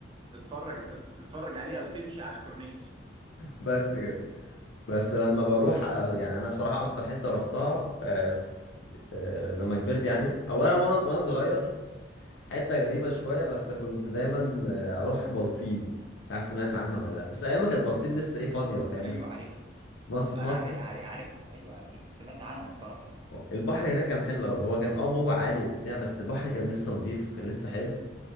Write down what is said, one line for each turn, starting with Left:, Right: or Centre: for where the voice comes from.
Right: تتفرج تت- تتفرج عليه او تمشي على الكورنيش
Left: بس كده بس لما بروح يعني انا بصراحه اكتر حته رحتها آه، س- آه، لما كبرت يعني اولا وانا وانا صغير حته غريبه شويه بس كنت دايما آه، اروح بلطيم مش عارف سمعت عنها ولا لا بس ايام ما كانت بلطيم لسه ايه فاضيه فاهم
Right: ايوه عارفها
Left: مصر
Right: انا
Left: مصر
Right: عارف عارف- عارفها ايوه س- سمعت عنها الصراحه
Left: البحر هناك كان حلو قوي هو كان اه موجه عالي وبتاع بس البحر كان لسه نظيف وكان لسه حلو